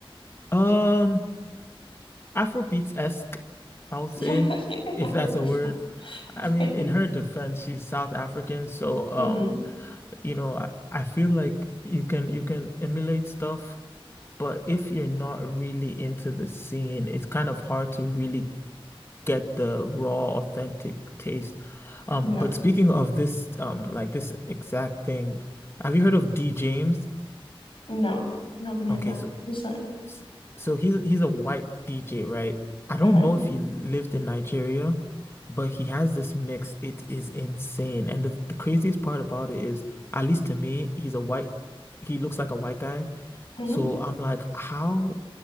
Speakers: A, on the left; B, on the left.
A: Um, Afrobeats-esque. I'll say,
B: <laughs> Yeah.
A: if
B: Afro
A: that's a
B: beats.
A: word. I
B: Okay.
A: mean, in her defense, she's South African, so um,
B: Mm-hmm.
A: you know, I, I feel like you can you can emulate stuff, but if you're not really into the scene, it's kind of hard to really get the raw, authentic taste. Um,
B: Yep.
A: but speaking of this, um, like this exact thing, have you heard of D James?
B: No. I haven't heard
A: Okay,
B: that.
A: so
B: I'm sorry.
A: S- So he's he's a white DJ, right? I don't
B: Okay.
A: know if he lived in Nigeria, but he has this mix. It is insane. And the, the craziest part about it is, at least to me, he's a white, he looks like a white guy.
B: Mm-hmm.
A: So I'm like, how